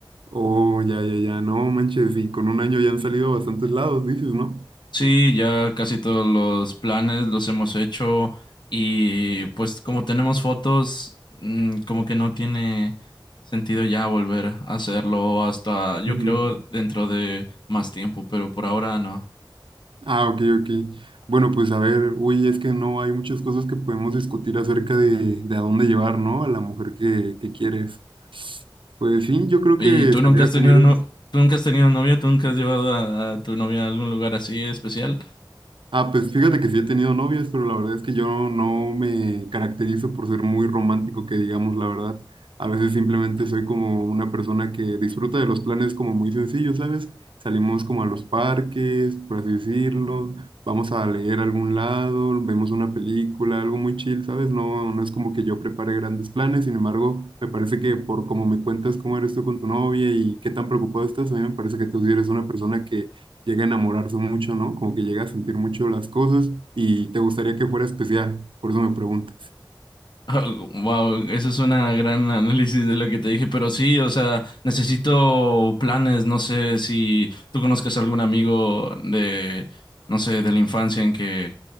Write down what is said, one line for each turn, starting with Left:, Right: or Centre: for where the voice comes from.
Right: Oh, ya, ya, ya, no manches, y con un año ya han salido a bastantes lados, dices, ¿no?
Left: Sí, ya casi todos los planes los hemos hecho y pues como tenemos fotos, mm, como que no tiene sentido ya volver a hacerlo hasta, yo
Right: Ujú.
Left: creo, dentro de más tiempo, pero por ahora no.
Right: Ah, ok, ok. Bueno, pues a ver, uy, es que no hay muchas cosas que podemos discutir acerca de, de a dónde llevar, ¿no? A la mujer que, que quieres. Pues sí, yo creo
Left: ¿Y
Right: que
Left: tú
Right: salir
Left: nunca has
Right: a
Left: tenido
Right: comer
Left: no,
Right: es...
Left: tú nunca has tenido novia? ¿Tú nunca has llevado a, a tu novia a algún lugar así especial?
Right: Ah, pues fíjate que sí he tenido novias, pero la verdad es que yo no me caracterizo por ser muy romántico, que digamos la verdad. A veces simplemente soy como una persona que disfruta de los planes como muy sencillos, ¿sabes? Salimos como a los parques, por así decirlo, vamos a leer a algún lado, vemos una película, algo muy chill, ¿sabes? No, no es como que yo prepare grandes planes, sin embargo, me parece que por como me cuentas cómo eres tú con tu novia y qué tan preocupado estás, a mí me parece que tú sí eres una persona que llega a enamorarse mucho, ¿no? Como que llega a sentir mucho las cosas y te gustaría que fuera especial, por eso me pregunto.
Left: <laughs> Wow, eso es una gran análisis de lo que te dije, pero sí, o sea, necesito planes, no sé si tú conozcas algún amigo de, no sé, de la infancia en que,